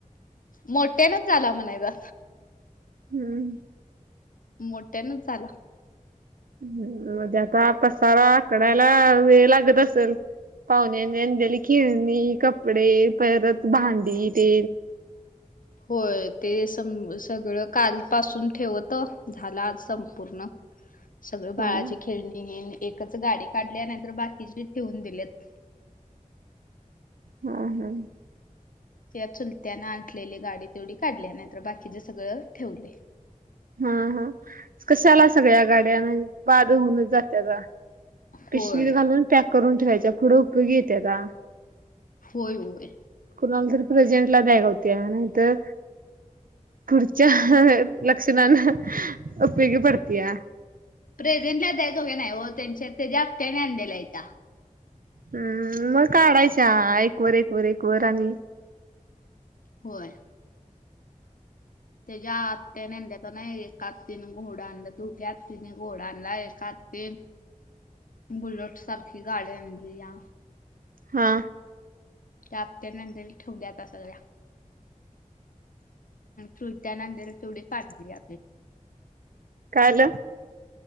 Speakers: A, on the left; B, on the right.
A: मोठ्यानच झाला म्हणाय ज
B: हम्म
A: मोठ्यानच झाला
B: ह् मजे आता पसारा कढायला वेळ लागतच पाहुण्या त्याली खेळणी कपडे परत भांडी ते
A: होय ते स सगळं काल पासून ठेवत झाला आज संपूर्ण सगळ
B: हम्म
A: बाळाची खेळणी घेणे एकच गाडी काढली नाहीतर बाकीचे ठेवून दिलेत
B: हम् हम्
A: कि चुलत्या ना आणलेली गाडी तेवढी काढल्या नाही तर बाकीचे सगळं ठेवले
B: हा हा कशा आला सगळ्या गाड्याना बाद होऊनच जात्याता पिशवी
A: होय.
B: घालून पॅक करून ठेवायच्या पुढं उपयोगी येते का
A: होय होय
B: कुणाला तरी प्रेझेंटला द्या का होत्या नाहीतर पुढच्या लक्षणाान उपयोग पडतया
A: प्रेझेंटला जा सोघ नाही व त्यांच्या त्याच्या्या आत्याने आणडे लायता
B: हम्म.. म काढायच्या एक वर एक वर एक वर आणि
A: होय. तेच्या आतेने नेनद्यात नाही. एकात तीन घोडां आणला दोघ्या तिन घोडा आणलाय एकात तीन बुलट सारखी गाडी आणली या.
B: हा.
A: आत्या न आणल्या ठेवल्याता सगळ्या चुलत्या न आणलेली तेवढी काढल्या
B: कायल